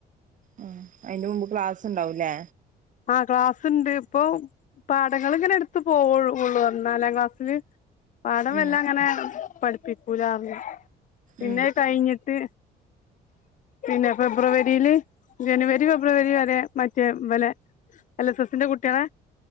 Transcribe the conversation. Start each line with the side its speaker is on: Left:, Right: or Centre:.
Right: ഉം അയിന്റെ മുമ്പ് ക്ലാസ്സ്ണ്ടാവുലേ?
Left: ആഹ ക്ലാസ്സ് ണ്ട് പ്പൊ പാടങ്ങള് ഇങ്ങനെട്ത്ത് പോവോള്ളു ള്ളൂർഞ് നാലാ ക്ലാസ്സില് പാഠം
Right: ഉം
Left: വല്ല അങ്ങനെ പഠിപ്പിക്കൂലാർണ്. പിന്നെ
Right: ഉം
Left: അയ് കയിഞ്ഞിട്ട് പിന്നെ ഫെബ്രുവരില് ജനുവരി ഫെ ബ്രുവരി വരെ മറ്റേ വലെ എൽ എസ് എസിന്റെ കുട്ട്യേളെ